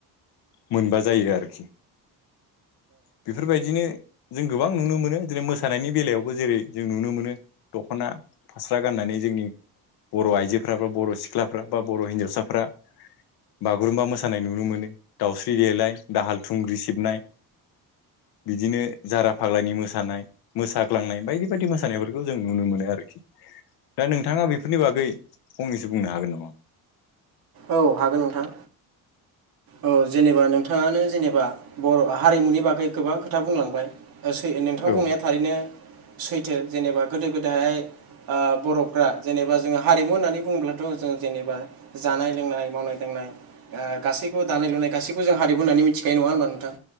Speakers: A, on the left; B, on the right.
A: मोनबा जायो आरोखि बेफोर बायदिनो जों गोबां नुनो मोनो जेरै मोसानायनि बेलायावबो जेरै जों नुनो मोनो दख'ना फास्रा गान नानै जोंनि बर' आइजोफ्रा बा बर' सिख्लाफ्रा बा बर' हिनजावसाफ्रा बागुरुम्बा मोसानाय नुनो मोनो दाउस्रि देलाय, दाहाल थुंग्रि सिबनाय बिदिनो जारा फाग्लानि मोसा दानाय मोसाग्लांनाय बायदि बायदि मोसानायफोरखौ जों नुनो मोनो आरोखि दा नोंथाङा बेफो गै फंनैसो बुंनो हागोन नामा?
B: औ हागोन नोंथां औ जेनेबा नोंथाङानो जेनेबा बर' हारिमुनि बागै गोबां खोथा बुंलांबाय। ओ सै नोंथां
A: औ
B: बुंनाया थारैनो सैथो जेनेबा गोदो गोदाहाय ओ बर'फ्रा जेनेबा जोङो हारिमु होननानै बुङोब्लाथ' जों जेनेबा जा जानाय लोंनाय मावनाय दांनाय ओ गासैखौबो दानाय लुनाय गासैखौ जों हारिमु होननानै मिथिखायो नङा होनबा नोंथां?